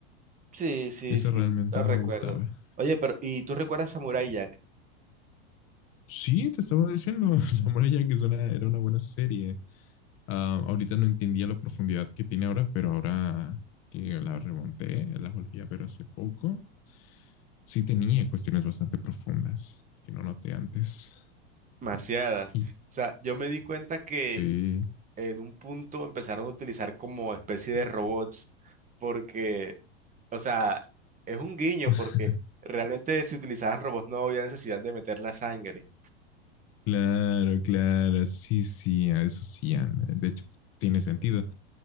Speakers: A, on the right; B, on the left.
A: sí, sí,
B: eso
A: sí,
B: realmente
A: lo
B: me
A: recuerdo.
B: gustaba.
A: Oye, pero ¿y tú recuerdas Samurai Jack?
B: Sí, te estaba diciendo, <laughs> Samurai Jack es una- era una buena serie. Ah, ahorita no entendía la profundidad que tiene ahora, pero ahora que la remonté, la volví a ver hace poco, sí tenía cuestiones bastante profundas que no noté antes.
A: Demasiadas.
B: Y
A: O sea, yo me di cuenta que
B: sí,
A: en un punto empezaron a utilizar como especie de robots, porque, o sea, es un guiño,
B: <laughs>
A: porque realmente si utilizaban robots no había necesidad de meter la sangre.
B: claro, claro, sí, sí, a eso sí, Ana. De hecho, tiene sentido.